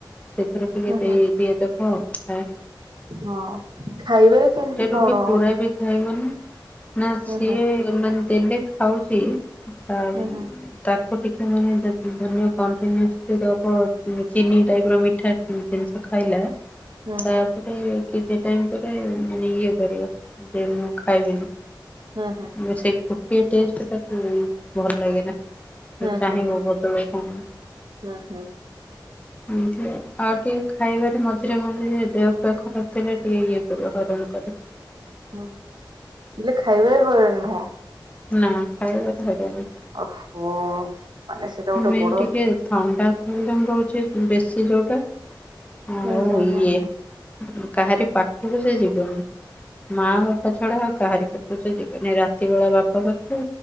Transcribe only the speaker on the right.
ହୁଁ ହୁଁ
ହଁ ଖାଇବାରେ କେମିତି
କଣ?
ହୁଁ
ହୁଁ
ହୁଁ ହୁଁ
ହୁଁ
ହୁଁ
ହଁ ହଁ।
ହୁଁ
ହୁଁ
ହୁଁ ହୁଁ ହୁଁ
ହୁଁ ଇଏ ଖାଇବାରେ ହଇରାଣ ନୁହଁ।
ଓ ହୋ ତାହାଲେ ସେଇଟା ଗୋଟେ
ବଡ଼
ହୁଁ ହୁଁ ହୁଁ
ହୁଁ